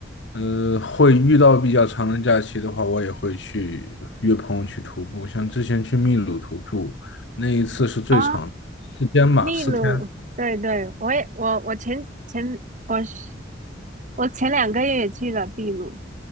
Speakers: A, on the left (about 65°); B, on the right (about 40°).
A: 呃，会遇到比较长的假期的话，我也会去约朋友去徒步。像之前去秘鲁徒步，那一次是最长，
B: 哦，
A: 四天吧，
B: 秘鲁，
A: 四天，
B: 对对，我也我我前前我是我前两个月也去了秘鲁，